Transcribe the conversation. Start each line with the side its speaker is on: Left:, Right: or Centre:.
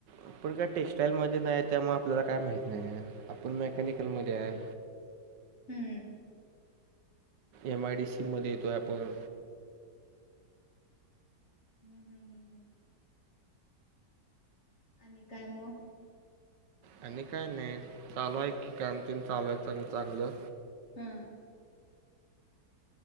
Right: आपण काय टेक्स्टाइल मध्ये नाही, त्यामुळे आपल्याला काय माहित नाही. आपण मेकॅनिकलमध्ये आहे.
Left: <inaudible> हम्म.
Right: एम आय डी सी मध्ये येतोय आपण.
Left: हम्म, हम्, हम्, हम्. आणि काय मग.
Right: आणि काय नाही. चालू हाय की काम ते न चालवाय चांगलं.
Left: हम.